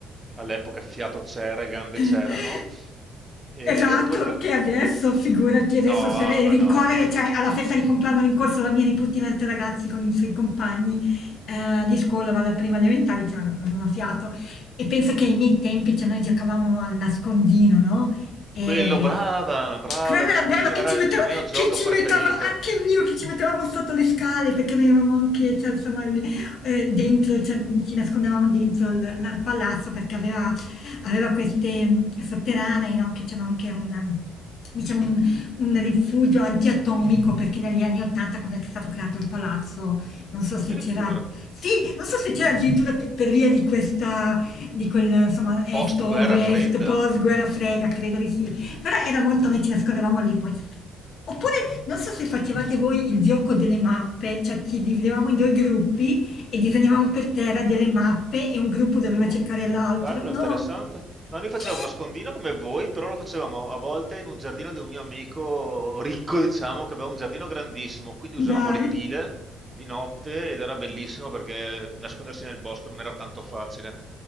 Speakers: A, on the right; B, on the left.
A: all'epoca fiato c'era, e gambe
B: <laughs>
A: c'erano, e-
B: Esatto,
A: oppure tanti...
B: che adesso figurati adesso
A: No,
B: se
A: ma
B: rincorrere
A: no, adesso.
B: cioè alla festa di compleanno ho rincorso la mia nipotina e 3 ragazzi con i suoi compagni, ehm, di scuola alla prima elementare, cioè non non ho fiato. E penso che ai miei tempi, cioè noi giocavamo al nascondino, no, ehm,
A: Quello, brava, brava,
B: quello
A: nascondino,
B: era bello che
A: era
B: ci metteva
A: il mio
B: che
A: gioco
B: ci
A: preferito,
B: metteva anche mio, che ci mettevamo sotto le scale perché noi avevamo anche cioè insomma il ehm, dentro cioè, ci nascondevamo dentro al al palazzo perché aveva aveva queste mh, sotterranei, no? che c'era anche un, mm, diciamo, un, un rifugio antiatomico, perché negli anni 80, quando è stato creato il palazzo, non so
A: addirittura,
B: se c'era, sì, non so se c'era addirittura per, per via di questa, di quel, insomma, est-ovest,
A: post guerra fredda.
B: post-guerra fredda, credo di sì, però era molto, noi ci nascondevamo lì, poi Oppure non so se facevate voi il gioco delle mappe, cioè ci dividevamo in due gruppi e disegnavamo per terra delle mappe e un gruppo doveva
A: No,
B: cercare l'altro.
A: bello,
B: No!
A: interessante. No, noi
B: Sì!
A: facevamo nascondino come voi, però lo facevamo a volte in un giardino di un mio amico ricco, diciamo, che aveva un giardino grandissimo, quindi usavamo
B: Dai!
A: le pile di notte ed era bellissimo perché nascondersi nel bosco non era tanto facile.